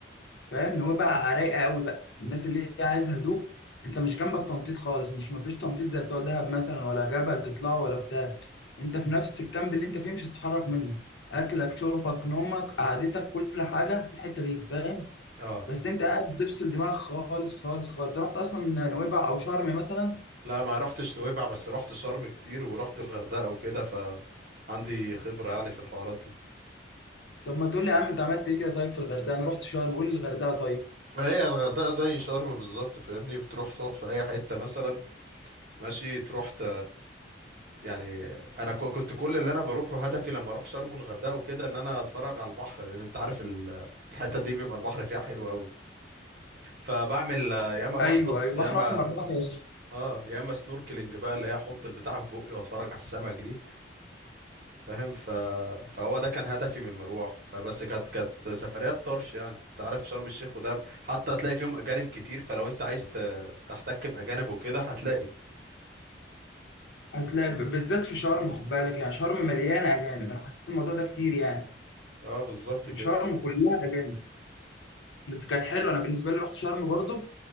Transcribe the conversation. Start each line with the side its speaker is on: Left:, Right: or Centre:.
Left: فاهم نويبع رايقه قوي بقى الناس اللي هي عايزه هدوء انت مش جنبك تنطيط خالص مش مفيش تنطيط زي بتوع دهب مثلا ولا جبل تطلعه ولا بتاع انت في نفس الكامب اللي انت فيه مش هتتحرك منه اكلك شربك نومك قعدتك كل حاجه في الحته دي فاهم
Right: اه
Left: بس انت قاعد بتفصل دماغك خالص خالص خالص انت رحت اصلا نويبع او شرم مثلا
Right: لا ما رحتش نويبع بس رحت شرم كتير ورحت الغردقة وكده فعندي خبرة يعني في الحوارات دي
Left: طب ما تقول لي يا عم انت عملت ايه كده طيب في الغردقه انا رحت شرم قول لي الغردقه طيب
Right: هي الغردقة زي شرم بالظبط فاهمني بتروح تقعد في أي حتة مثلا ماشي تروح ت... يعني أنا ك- كنت كل اللي أنا بروحه هدفي لما أروح شرم والغردقة وكده إن أنا أتفرج على البحر لأن أنت عارف ال... الحتة دي بيبقى البحر فيها حلو أوي فبعمل آه، يا إما بغطس
Left: ايوه ايوه
Right: يا
Left: بحر
Right: إما
Left: احمر بقى خالص.
Right: آه يا إما سنوركلينج بقى اللي هي أحط البتاع في بقي وأتفرج على السمك دي فاهم ف... فهو ده كان هدفي من المروح فبس كانت كانت سفريات طرش يعني انت عارف شرم الشيخ ودهب حتى هتلاقي فيهم اجانب كتير فلو انت عايز ت... تحتك باجانب وكده هتلاقي
Left: هتلاقي ب- بالذات في شرم خد بالك يعني شرم مليانه اجانب انا حسيت الموضوع ده كتير يعني
Right: اه بالظبط
Left: ان
Right: كده
Left: شرم كلها اجانب بس كانت حلوه انا بالنسبه لي رحت شرم برضو